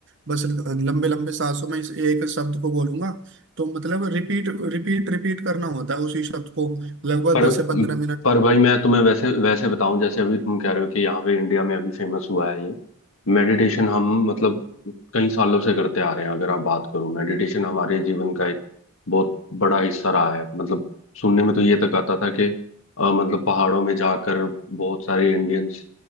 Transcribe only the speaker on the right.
बस लंबे लंबे सांसों में इस एक शब्द को बोलूंगा तो मतलब रिपीट रिपीट रिपीट करना होता है उसी शब्द को लगभग
दस से पंद्रह मिनट